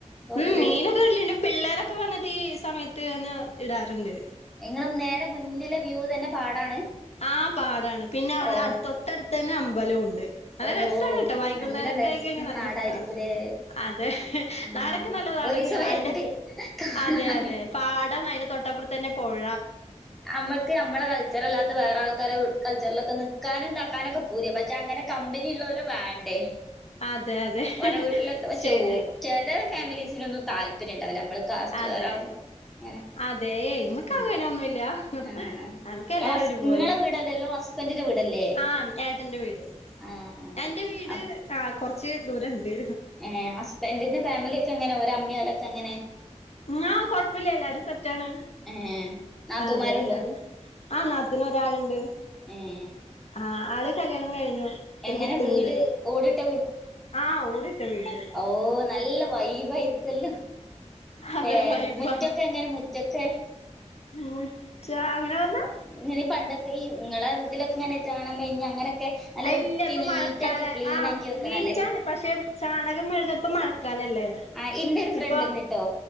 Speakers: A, in the centre; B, on the left.
A: തോട്ടില്
B: ഉം മീനൊക്കെ വെര്ല്ണ്ട് പിള്ളേരൊക്കെ വന്നിട്ട് ഈ സമയത്ത് വന്ന് ഇടാറ്ണ്ട്
A: ഇങ്ങളെ നേരെ മുന്നിലെ വ്യൂ തന്നെ പാടാണ്
B: ആഹ് പാടാണ് പിന്നെ അവിടെ
A: ഓ
B: അട് തൊട്ടടുത്ത് തന്നെ അമ്പലോം ഉണ്ട് നല്ല
A: ഓ
B: രസാണ് ട്ടോ വൈകുന്നേരൊക്കെ
A: നല്ല രസ
B: ആയി കഴിഞ്ഞാൽ നല്ല
A: നാടായിരിക്കുലേ
B: രസാ അതെ നാളെക്കെ
A: ആഹ്
B: നല്ലെ നാടെന്ന്യാ
A: ഒരീസം വരണ്ട്
B: അയ്ന്റെ
A: കാണാന്
B: അതെ അതെ പാടം അയ്‌ന്റെ തൊട്ടപ്പർത്തെന്നെ പൊഴ
A: അമ്മക്ക് അമ്മളെ കൾച്ചറല്ലാത്ത വേറെ ആൾക്കാരെ കൾച്ചർലൊക്കെ നിക്കാനും ഇന്താക്കാനൊക്കെ പൂത്യാ പക്ഷെ അങ്ങനെ കമ്പനി ഇള്ളോലെ വേണ്ടേ
B: അതെ അതെ
A: ഓരെ വീട്ട്ലൊക്കെ പക്ഷെ
B: ശരിയാ
A: ഓ ചെലേ ഫാമിലീസിനൊന്നും താല്പര്യം ഇണ്ടാവൂലാ അമ്മള് കാസ്റ്റ്
B: അതെ
A: വേറെ ആവുംബളൊക്കെ ഇങ്ങനെ
B: അതെ ഇമ്മക്ക്
A: ഉം
B: അങ്ങനെ ഒന്നുല്ല
A: ആഹ്
B: നമുക്ക് എല്ലാരും
A: ഇങ്ങളസ്
B: ഒരുപോലെ
A: ഇങ്ങളെ വീടല്ലല്ലോ ഹസ്ബന്റിന്റെ വീടല്ലേ
B: ആഹ് ഉം ഏട്ടന്റെ വീട്
A: ആഹ് ആഹ്
B: എന്റെ വീട്
A: അപ്പ
B: ആഹ് കൊർച്ച് ദൂരം ഇണ്ട്
A: ഏഹ് ഹസ്ബൻന്റിന്റെ ഫാമിലി ഒക്കെ എങ്ങനെ ഓരെ അമ്മീം ഓലൊക്കെ എങ്ങനെ
B: ങ്ങ്ഹാ കൊഴപ്പല്ല്യ എല്ലാരും സെറ്റാണ്
A: ഏഹ് നാത്തൂമാരുണ്ടോ
B: ആഹ് അതെ എല്ലാരും ആഹ് നാത്തൂന് ഒരാള്ണ്ട്
A: ഏഹ്
B: ആഹ് ആള് കല്യാണം കഴിഞ്ഞു
A: എങ്ങനെ
B: ഒരു കുട്ടിണ്ട്
A: വീട് ഓടിട്ട
B: ആഹ് ഓടിട്ട വീട്
A: ഓഹ് നല്ല വൈബ് ആയിരിക്കൊല്ലോ
B: അതെ
A: ല്ലേ
B: വൈബാ
A: മുറ്റൊക്കെ എങ്ങനെ മുറ്റൊക്കെ
B: മുറ്റ അങ്ങനെ പർഞ്ഞാ
A: ഇഞ്ഞനെ പണ്ടൊക്കെ ഈ ഇങ്ങളെ ഇതിലൊക്കെ ഇങ്ങനെ ചാണം മെഴ്ഞ്ഞ അങ്ങനൊക്കെ നല്ല
B: അയില്ല
A: വൃത്തി
B: ഇപ്പൊ
A: നീറ്റാക്കി
B: മഴക്കാല
A: ക്ലീൻ
B: ആഹ്
A: ആക്കി വെക്കണല്ലേ
B: നീറ്റാണ് പക്ഷെ ചാണകം മെഴ്‌ക ഇപ്പൊ മഴക്കാലല്ലേ
A: ആഹ് ഇന്റെ ഒരു ഫ്രണ്ട്ണ്ട്ട്ടോ
B: ഇപ്പൊ